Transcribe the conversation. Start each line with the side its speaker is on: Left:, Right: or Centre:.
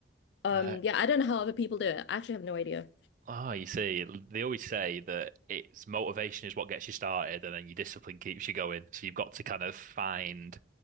Left: Um,
Right: Uh,
Left: yeah, I don't know how other people do it. I actually have no idea.
Right: oh, you see, they always say that it's motivation is what gets you started and then your discipline keeps you going. So you've got to kind of find